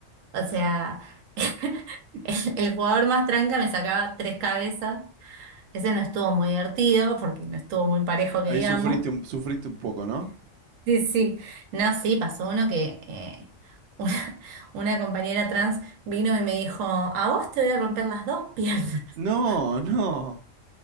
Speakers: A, on the right (about 80°); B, on the right (about 65°).
A: o sea, <laughs> el, el jugador más tranca me sacaba tres cabezas. Ese no estuvo muy divertido porque no estuvo muy parejo que
B: Ahí
A: digamos.
B: sufriste un, sufriste un poco, ¿no?
A: Sí, sí. No, sí, pasó uno que eh, <laughs> una, una compañera trans vino y me dijo, a vos te voy a romper las dos piernas.
B: No,
A: <laughs>
B: no.